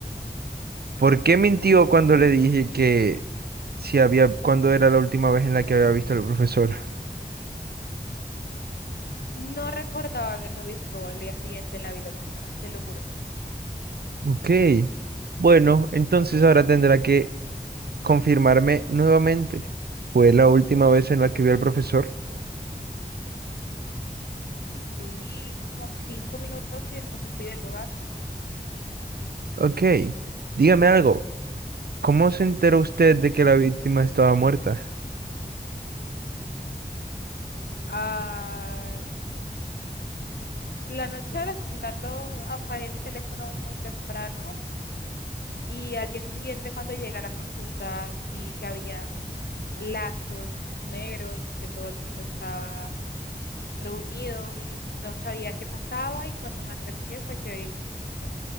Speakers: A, on the right; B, on the left.
A: ¿Por qué mintió cuando le dije que si había, cuándo era la última vez en la que había visto al profesor?
B: No recordaba haberlo visto al día siguiente en la biblioteca, se lo juro.
A: Ok. Bueno, entonces ahora tendrá que confirmarme nuevamente. ¿Fue la última vez en la que vio al profesor?
B: Sí, como cinco minutos y después me fui del lugar.
A: Ok. Dígame algo. ¿Cómo se enteró usted de que la víctima estaba muerta?
B: Ah, la noche del asesinato apagué mi teléfono muy temprano y al día siguiente cuando llegué a la facultad vi que había lazos negros y que todo el mundo estaba reunido y no sabía qué pasaba y cuando me acerqué fue que pues